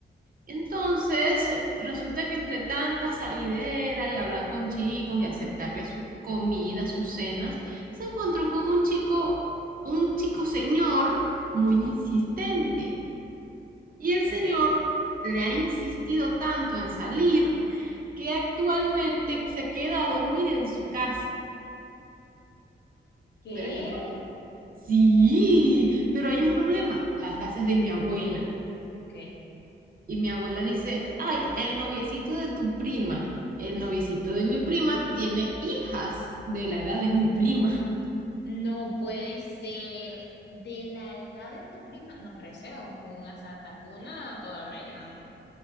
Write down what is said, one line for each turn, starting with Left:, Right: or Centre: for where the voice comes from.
Right: entonces, resulta que entre tanta salidera y hablar con chicos y aceptarle sus comidas, sus cenas, se encontró con un chico, un chico señor muy insistente. Y el señor
Left: Ok.
Right: le ha insistido tanto en salir que actualmente se queda a dormir en su casa.
Left: ¿Qué?
Right: Pero hay un problema. Sí, pero hay un problema. La casa es de mi abuela.
Left: Ok.
Right: Y mi abuela dice, ay, el noviecito de tu prima, el noviecito de mi prima tiene hijas de la edad de mi prima.
Left: No puede ser de la edad de tu prima. No, pero ese es un asaltacuna a toda regla, ¿no?